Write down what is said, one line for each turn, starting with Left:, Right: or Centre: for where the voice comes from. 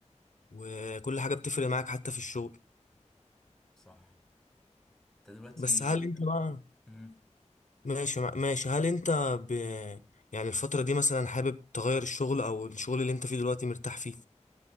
Left: وكل حاجه بتفرق معاك حتى في الشغل
Centre: صح انت دلوقتي
Left: بس هل انت بقى
Centre: مم.
Left: ماشي مع- ماشي هل انت ب... يعني الفترة دي مثلا حابب تغير الشغل او الشغل اللي انت فيه دلوقتي مرتاح فيه